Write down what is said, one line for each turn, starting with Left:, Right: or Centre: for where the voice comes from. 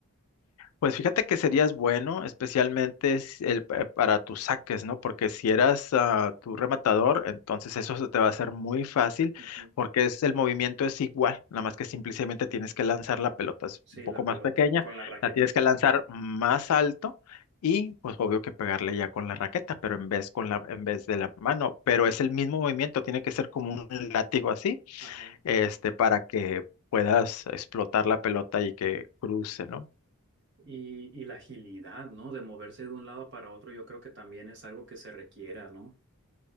Left: Pues fíjate que serías bueno, especialmente si- el- pa- para tus saques, ¿no? Porque si eras ah, tu rematador, entonces eso se te va a hacer muy fácil,
Right: Ujú.
Left: porque es el movimiento es igual, nada más que simplemente tienes que lanzar la pelota es
Right: Sí,
Left: un poco
Right: la
Left: más
Right: pelota,
Left: pequeña,
Right: con la raqueta.
Left: la tienes que lanzar más alto y, pues, obvio que pegarle ya con la raqueta, pero en vez con la, en
Right: Ujú.
Left: vez de la mano, pero es el mismo movimiento, tiene que ser como un látigo así,
Right: Ajá.
Left: este, para que puedas explotar la pelota y que cruce, ¿no?
Right: Y, y la agilidad, ¿no? De moverse de un lado para otro, yo creo que también es algo que se requiera, ¿no?